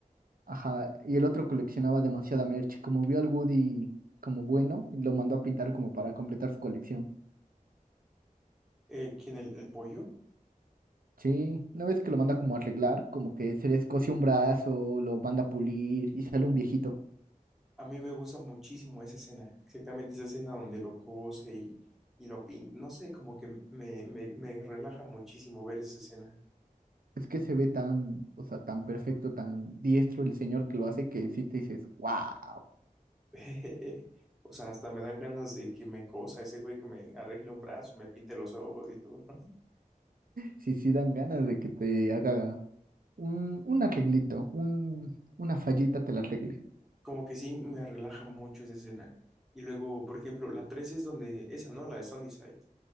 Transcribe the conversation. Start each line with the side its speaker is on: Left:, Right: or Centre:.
Right: Ajá, y el otro coleccionaba demasiada merch. Como vio al Woody como bueno, lo mandó a pintar como para completar su colección.
Centre: eh, ¿quién el, el pollo?
Right: Sí, una vez que lo manda como a arreglar, como que se le escoce un brazo, lo manda a pulir y sale un viejito.
Centre: A mí me gusta muchísimo esa escena, exactamente esa escena donde lo cose y, y lo pinta, no sé, como que me, me, me relaja muchísimo ver esa escena.
Right: Es que se ve tan, o sea, tan perfecto, tan diestro el señor que lo hace que sí te dices, wow.
Centre: <laughs> O sea, hasta me dan ganas de que me cosa ese güey, que me arregle un brazo, me pinte los ojos y todo.
Right: Sí, sí dan ganas de que te haga un, un arreglito, un, una fallita te la arregle.
Centre: como que sí me relaja mucho esa escena. Y luego, por ejemplo, la 3 es donde esa, ¿no? La de Sunnyside.